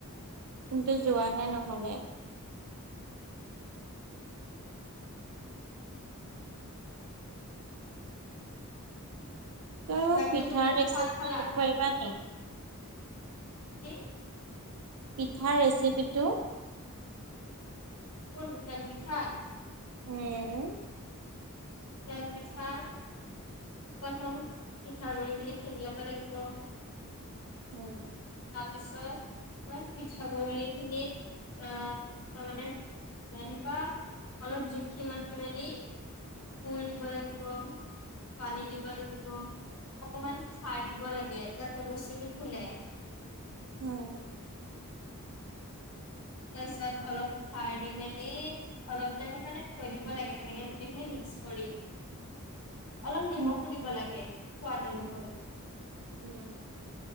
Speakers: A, on the right (about 85°); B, on the left (about 80°).
A: কিন্তু যোৱাহে নহ'লে। তই মোক
B: বাকী
A: পিঠাৰ
B: তুমি
A: ৰেচিপিটো
B: ভাত খালা?
A: <unintelligible>
B: কি?
A: পিঠাৰ ৰেচিপিটো?
B: কোন তেল পিঠাত?
A: উম।
B: তেল পিঠা প্ৰথম পিঠাগুৰি খুন্দি লব লাগিব
A: উম
B: তাৰপিছত পিঠাগুড়ি খিনিত আহ তাৰমানে এনেকুৱা অলপ জুখি মাখি মেলি গুৰ দিব লাগিব পানী দিব লাগিব, অকমান খাৰ দিব লাগে যাতে বস্তুটো ফুলে।
A: উম।
B: তাৰপিছত অলপ খাৰ দি মেলি অলপ টাইমৰ কাৰণে থৈ দিব লাগে তেনেকে গোটেইখিনি মিক্স কৰি। অলপ নিমখো
A: উম
B: দিব লাগে সোৱাদ অনুসৰি।
A: উম।